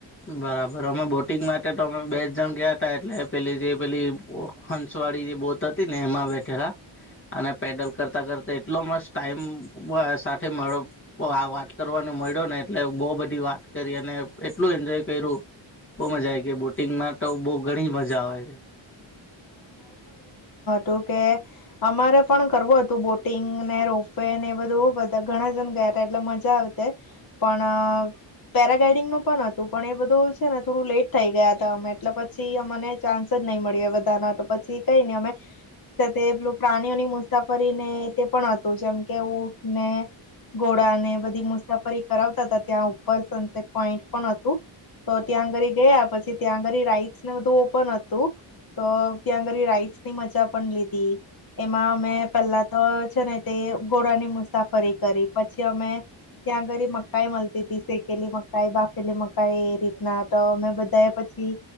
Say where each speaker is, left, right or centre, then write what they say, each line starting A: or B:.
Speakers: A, on the left (about 25°); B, on the left (about 45°).
A: બરાબર અમે બોટિંગ મારી, માટે તો અમે બે જ જણ ગયા હતા. એટલે પેલી જે પેલી હંસવાળી જે બોત હતી ને એમાં બેઠેલા. અને પેડલ કરતા કરતા એટલો મસ્ત ટાઈમ સાથે મળયો આ વાત કરવાને મળ્યો ને એટલે બહુ બધી વાત કરી અને એટ એટલું એન્જોય કર્યું. બહુ મજા આવી ગઈ બોટિંગમાં તો બહ ઘણી મજા આવે છે.
B: તો કે અમારે પણ કરવું હતું બોટિંગ, ને રોપ વે ને એ બધું, બધા ઘણા જણ ગયા હતા એટલે મજા આવતે, પણ પેરાગ્લાઇડિંગ નું પણ હતું. પણ એ બધું છે ને થોડું લેટ થઈ ગયા હતા. અમે એટલે પછી અમને ચાન્સ જ નહી મળ્યો. <inaudible> પછી કઈ નહી અમે તે પેલું પ્રાણીઓની મુસાફરીને તે પણ હતું જેમ કે ઊંટ ને, ઘોડાને બધી મુસાફરી કરાવતા હતા. ત્યાં ઉપર સનસેટ પોઈન્ટ પણ હતું. તો ત્યાં આગળ ગયા પછી ત્યાં આગળ રાઈટ્સને બધું ઓપન હતું. તો ત્યાં આગળ રાઈટસ ની મજા પણ લીધી. એમાં અમે પહેલા તો છે ને તે ઘોડાની મુસાફરી કરી. પછી અમે ત્યાંગરી મકાઈ મળતી હતીી શેકેલી મકાઈ, બાફેલી મકાઈ, એ રીતના તો અમે બધાએ પછી